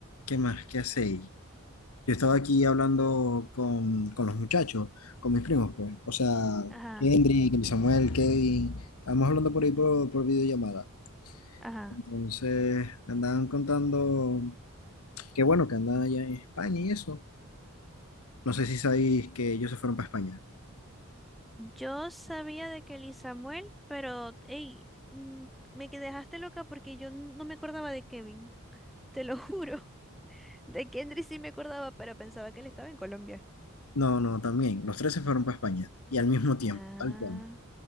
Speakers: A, on the left; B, in the centre.
A: ¿Qué más? ¿Qué hacéis? Yo estaba aquí hablando con, con los muchachos, con mis primos, pues. O sea,
B: Ajá,
A: Kendrick, Samuel, Kevin. Estábamos hablando por ahí por, por videollamada.
B: ajá.
A: Entonces, me andaban contando que bueno, que andaban allá en España y eso. No sé si sabéis que ellos se fueron para España.
B: Yo sabía de Kelly Samuel, pero, hey, me que- dejaste loca porque yo no me acordaba de Kevin, <laughs> te lo juro. <laughs> De Kendrick sí me acordaba, pero pensaba que él estaba en Colombia.
A: No, no, también. Los tres se fueron para España. Y al mismo tiempo,
B: Ah,
A: tal cual.